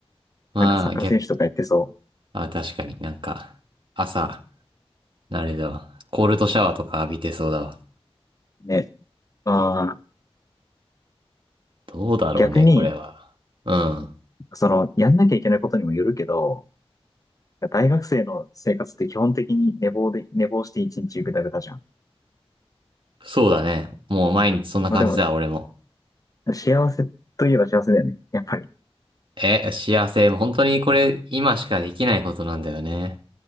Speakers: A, on the right; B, on the left.
A: まあ逆
B: なんかサッカー選手とかやってそ
A: あ、確かになんか、朝、あれだわ。コールドシャワーとか浴びてそうだわ。
B: う。ね。ま
A: どうだろうね、
B: あ、逆に、
A: これは。うん。
B: その、やんなきゃいけないことにもよるけど、大学生の生活って基本的に寝坊で、寝坊して一日ぐだぐだじゃん。
A: そうだね。もう毎日そんな感じだ、
B: まあでも、
A: 俺も。
B: 幸せといえば幸せだよね。やっぱり。
A: え、幸せ。本当にこれ、今しかできないことなんだよね。